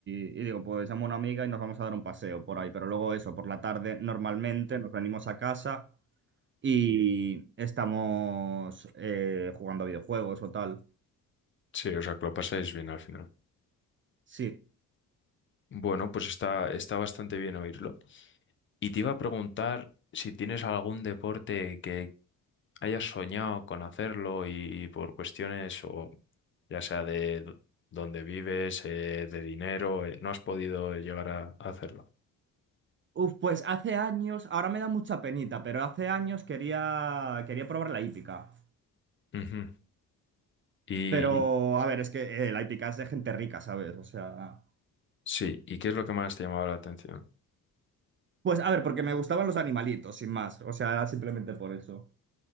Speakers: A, on the right; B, on the left.
A: y digo, pues llamo a una amiga y nos vamos a dar un paseo por ahí, pero luego eso, por la tarde normalmente nos venimos a casa y estamos eh, jugando a videojuegos o tal.
B: sí, o sea que lo pasáis bien al final.
A: Sí.
B: Bueno, pues está, está bastante bien oírlo. Y te iba a preguntar si tienes algún deporte que hayas soñado con hacerlo y por cuestiones o ya sea de d- dónde vives, eh, de dinero, eh, no has podido llegar a a hacerlo.
A: Uf, pues hace años, ahora me da mucha penita, pero hace años quería, quería probar la hípica.
B: Ujú. Y,
A: Pero,
B: y-
A: a ver, es que eh, la hípica es de gente rica, ¿sabes? O sea...
B: sí, ¿y qué es lo que más te llamaba la atención?
A: Pues, a ver, porque me gustaban los animalitos, sin más. O sea, era simplemente por eso.